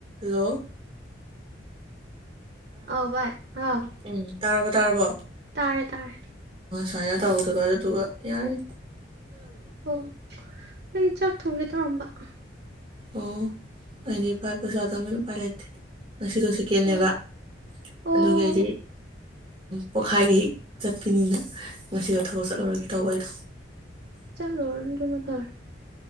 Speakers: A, on the right; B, on the right.
A: hello
B: ꯑꯥꯎ ꯚꯏ ꯑꯥꯎ
A: ꯎꯝ ꯇꯥꯔꯕꯣ ꯇꯥꯔꯕꯣ
B: ꯇꯥꯔꯦ ꯇꯥꯔꯦ
A: ꯊꯅ ꯇꯥꯎꯗ ꯀ ꯑꯗꯨꯣ ꯇꯒ ꯌꯥꯔ
B: ꯑꯣ ꯑꯩ ꯆꯥꯛ ꯊꯣꯡꯒꯦ ꯊꯧꯔꯝꯕ ꯑ
A: ꯑꯣ ꯑꯅꯤ ꯄꯔꯄꯁꯥꯗ ꯃꯅ ꯄꯂ ꯏꯦ ꯉꯁꯤꯗꯣ ꯁꯦꯀꯦꯟꯅꯦꯕ
B: ꯑꯣ ꯑꯣ
A: ꯑꯗꯨꯒꯤ ꯑꯩꯗꯤ ꯄꯣꯛꯈꯥꯏꯈꯩ ꯆꯠꯄꯅꯤꯅ ꯉꯁꯤꯗꯣ ꯊꯕꯛ ꯆꯠꯍꯨꯔꯒꯦ ꯇꯧꯕ ꯑꯩꯗꯣ
B: ꯆꯂꯣ ꯑꯔꯟꯗꯅꯚꯔ